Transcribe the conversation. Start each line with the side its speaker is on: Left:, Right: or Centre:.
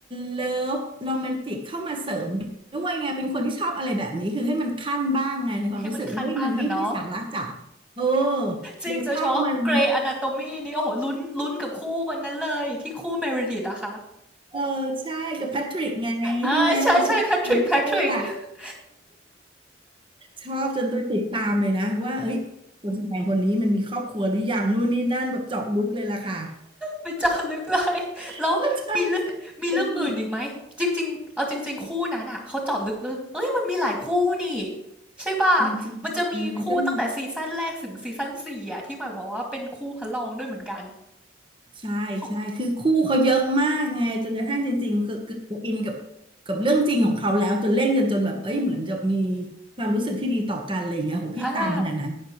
Right: เลิฟโรแมนติกเข้ามาเสริมด้วยไงเป็นคนที่ชอบอะไรแบบนี้คือให้มันขั้นบ้างไงในความรู้สึกว่าเฮ้ยมันไม่ใช่สาระจ๋า
Centre: ให้มันคันบ้างอะเนาะ
Right: โอ้
Centre: จริงโดยเฉพาะ
Right: เลยชอบมัน
Centre: g r e y Anatomy นี่โอ้โหลุ้นลุ้นกับคู่คนนั้นเลยที่คู่ Meredith อะค่ะ
Right: เออใช่กับแพทริกไงใช่ไหมเป็น
Centre: อ่าใช่ใช่แพทริกแพทริก
Right: เต้อะ
Centre: <laughs>
Right: ชอบจนตัวติดตามเลยนะว่าเอ้ยคนแสดงคนนี้มันมีครอบครัวหรือยังนู่นนี่นั่นแบบเจาะลึกเลยล่ะค่ะ
Centre: ไปเจาะลึกเลยแล้วมีเรื่องมีเรื่องอื่นอีกไหมจริงๆเอาจริงๆคู่นั้นอ่ะเขาเจาะลึกเลยเอ้ยมันมีหลายคู่นี่
Right: <laughs> ใช่ไหมพี่
Centre: ใช่ป่ะ
Right: จริงๆมันก็มี
Centre: มันจะมีคู่ตั้งแต่ซีซั่นแรกถึงซีซั่นสี่อ่ะที่หมายบอกว่าเป็นคู่พระรองด้วยเหมือนกัน
Right: ใช่ใช่คือคู่เขาเยอะมากไงจนกระทั่งจริงๆคือคืออินกับ
Centre: ของ
Right: กับเรื่องจริงของเขาแล้วจนเล่นกันจนแบบเอ้ยเหมือนจะมีความรู้สึกที่ดีต่อกันอะไรอย่างเงี้ยโหพี่ตามขนาดนั้น
Centre: อ่า